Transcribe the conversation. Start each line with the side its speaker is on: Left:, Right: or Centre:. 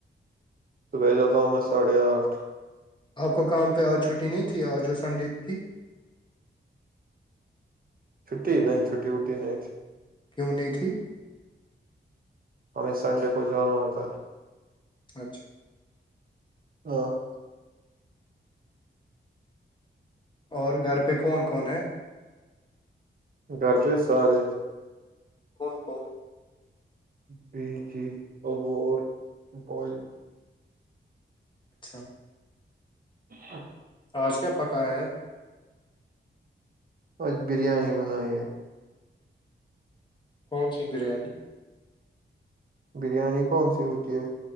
Right: تو بہ جاتا ہوں میں ساڑھے آٹھ
Left: آپ کو کام پہ آج چھٹی نہیں تھی آج جو سنڈے تھی
Right: چھٹی نہیں چھٹی وٹی نہیں
Left: کیوں نہیں تھی
Right: ہمیں سنڈے کو جانا ہوتا ہے
Left: اچھا
Right: ہ <unintelligible>
Left: اور گھر پہ کون کون ہے
Right: گھر پہ سارے
Left: کون کون
Right: بی کے کبور بال
Left: اچھا
Right: ہچ
Left: آوج کیا پکا ہے
Right: آج بریانی بنائی ہے
Left: کون س دریےی
Right: بریانی کون سی ہوتی ہے